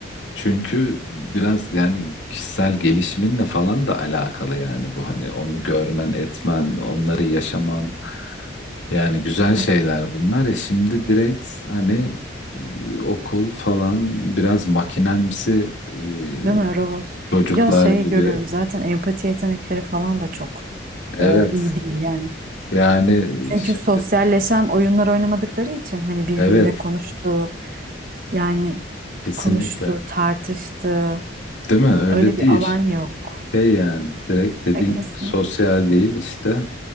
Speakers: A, on the left (about 75°); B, on the right (about 45°).
A: Çünkü biraz yani kişisel gelişiminle falan da alakalı yani bu hani onu görmen, etmen, onları yaşaman yani güzel şeyler
B: E,
A: bunlar. E şimdi direkt hani e, okul falan biraz makinemsi e,
B: Değil mi robot?
A: çocuklar
B: Biraz şey
A: gibi.
B: görüyorum zaten empati yetenekleri falan da çok
A: Evet
B: e, iyi değil yani.
A: yani
B: Çünkü
A: şi-
B: sosyalleşen oyunlar oynamadıkları için hani birbiriyle
A: evet
B: konuştu yani
A: kesinlikle
B: konuştu, tartıştı.
A: değil mi öyle
B: Öyle bir
A: değil.
B: alan yok.
A: Şey yani direkt dediğin
B: E kesin.
A: gibi sosyal değil işte.